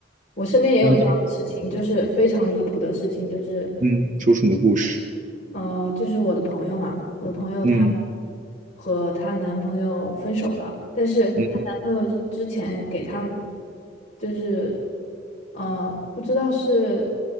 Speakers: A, on the left (about 40°); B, on the right (about 45°).
A: 我身边也有这样的事情，
B: 就是
A: 就是非常离谱的事情，就是
B: 嗯，说出你的故事，
A: 呃，就是我的朋友嘛，我的朋友她
B: 嗯
A: 和她男朋友分手了，但是她男朋友之前给她
B: 嗯，
A: 就是呃，不知道是